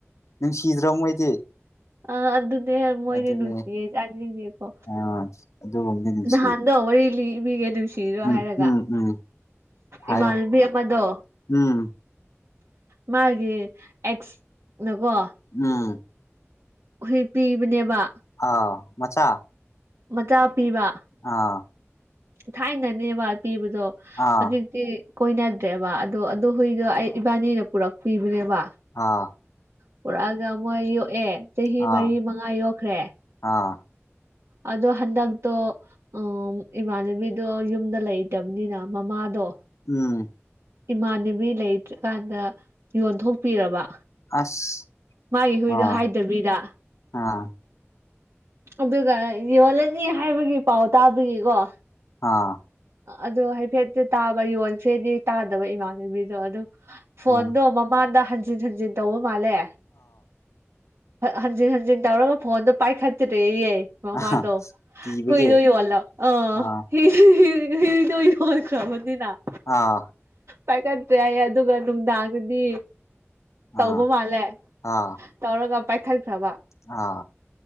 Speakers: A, on the left; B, on the right.
A: ꯅꯨꯡꯁꯤꯗ꯭ꯔꯣ ꯃꯣꯏꯗꯤ
B: <inaudible> ꯑ ꯑꯗꯨꯅꯦ ꯃꯣꯏꯅꯦ
A: ꯑꯗꯨꯅꯦ
B: ꯅꯨꯡꯁꯤꯌꯦ ꯆꯥꯁꯤꯡꯗꯦꯀꯣ
A: ꯑ ꯑꯗꯨꯒꯨꯝꯕꯗꯤ ꯅꯨꯡꯁꯤ
B: ꯅꯍꯥꯟꯗꯣ ꯋꯥꯔꯤ ꯂꯤ ꯕꯤꯒꯦ ꯅꯨꯡꯁꯤꯔꯣ
A: ꯎꯝ
B: ꯍꯥꯏꯔꯒ
A: ꯎꯝ ꯎꯝ ꯍꯥꯏꯌꯣ
B: ꯏꯃꯥꯜꯕꯤ ꯑꯃꯗꯣ
A: ꯎꯝ
B: ꯃꯥꯒꯤ ꯑꯦꯛꯁ ꯅꯀꯣ
A: ꯎꯝ
B: ꯍꯨꯏ ꯄꯤꯕꯅꯦꯕ
A: ꯑꯥ ꯃꯆꯥꯥ
B: ꯃꯆꯥ ꯄꯤꯕ
A: ꯑꯥ
B: ꯊꯥꯏꯅꯅꯦꯕ ꯄꯤꯕꯗꯣ
A: ꯑꯥ
B: ꯍꯧꯖꯤꯛꯇꯤ ꯀꯣꯏꯅꯗ꯭ꯔꯦꯕ ꯑꯗꯣ ꯑꯗꯨꯣ ꯍꯨꯏꯗꯣ ꯑꯩ ꯏꯕꯥꯅꯤꯅ ꯄꯨꯔꯛꯄꯤꯕꯅꯦꯕ
A: ꯑꯥ
B: ꯄꯨꯔꯛꯑꯒ ꯃꯣꯏ ꯌꯣꯛꯑꯦ ꯆꯍꯤ
A: ꯑꯥ
B: ꯃꯔꯤ ꯃꯉꯥ ꯌꯣꯛꯈ꯭ꯔꯦ
A: ꯑꯥ
B: ꯑꯗꯣ ꯍꯟꯗꯛꯇꯣ ꯎ ꯏꯃꯥꯟꯅꯕꯤꯗꯣ ꯌꯨꯝꯗ ꯂꯩꯇꯕꯅꯤꯅ ꯃꯃꯥꯗꯣ
A: ꯎꯝ
B: ꯏꯃꯥꯟꯅꯕꯤ ꯂꯩꯇ꯭ꯔꯤꯀꯥꯟꯗ ꯌꯣꯟꯊꯣꯛꯄꯤꯔꯕ
A: ꯑꯁ
B: ꯃꯥꯒꯤ ꯍꯨꯣꯏꯗꯣ
A: ꯑꯥ
B: ꯍꯥꯏꯗꯕꯤꯗ
A: ꯑꯥ
B: ꯑꯗꯨꯒ ꯌꯣꯜꯂꯅꯤ ꯍꯥꯏꯕꯒꯤ ꯄꯥꯎ ꯇꯥꯕꯒꯤꯀꯣ
A: ꯑꯥ
B: ꯑꯗꯣ ꯍꯥꯏꯐꯦꯠꯇꯤ ꯇꯥꯕ ꯌꯣꯟꯈꯔꯦꯗꯤ ꯇꯥꯗꯕ ꯏꯃꯥꯟꯅꯕꯤꯗꯣ ꯑꯗꯨ ꯐꯣꯟꯗꯣ
A: ꯑꯥ
B: ꯃꯃꯥꯡꯗ ꯍꯟꯖꯤꯟ ꯍꯟꯖꯤꯟ ꯇꯧꯕ ꯃꯥꯜꯂꯦ ꯍꯟꯖꯤꯟ ꯍꯟꯖꯤꯟ ꯇꯧꯔꯒ ꯐꯣꯟꯗꯣ ꯄꯥꯏꯈꯠꯇ꯭ꯔꯦꯌꯦ ꯃꯃꯥꯟꯗꯣ
A: ꯑꯥ ꯀꯤꯕꯒꯤ
B: ꯍꯨꯏꯗꯣꯏ ꯌꯣꯜꯂ ꯑ
A: ꯑꯥ
B: ꯍꯤ ꯍꯤ ꯍꯨ ꯍ ꯍꯟꯈ꯭ꯔꯕꯅꯤꯅ
A: ꯑꯥ
B: ꯄꯥꯏꯈꯠꯇ꯭ꯔꯦ ꯍꯥꯏ ꯑꯗꯨꯒ ꯅꯨꯡꯗꯥꯡꯗꯗꯤ
A: ꯑꯥ
B: ꯇꯧꯕ ꯃꯥꯜꯂꯦ
A: ꯑꯥ
B: ꯇꯧꯔꯒ ꯄꯥꯏꯈꯠ ꯐ꯭ꯔꯕ
A: ꯑꯥ